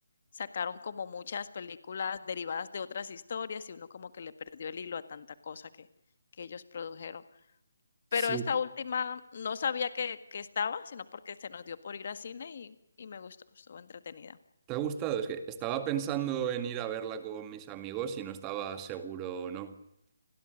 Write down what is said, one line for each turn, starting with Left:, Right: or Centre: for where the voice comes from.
Left: sacaron como muchas películas derivadas de otras historias y uno como que le perdió el hilo a tanta cosa que, que ellos produjeron.
Right: Sí.
Left: Pero esta última no sabía que que estaba, sino porque se nos dio por ir al cine y y me gustó, estuvo entretenida.
Right: ¿Te ha gustado? Es que estaba pensando en ir a verla con mis amigos y no estaba seguro o no.